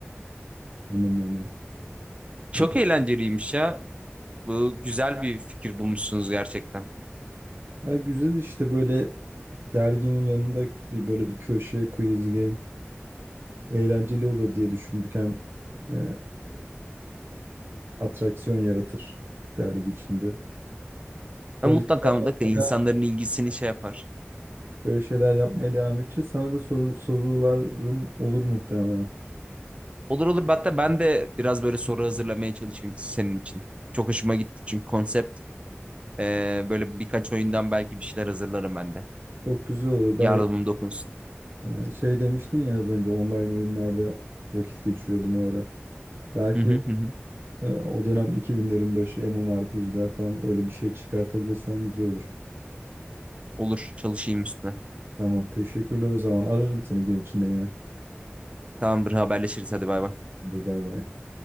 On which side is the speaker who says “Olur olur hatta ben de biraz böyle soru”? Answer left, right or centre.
Right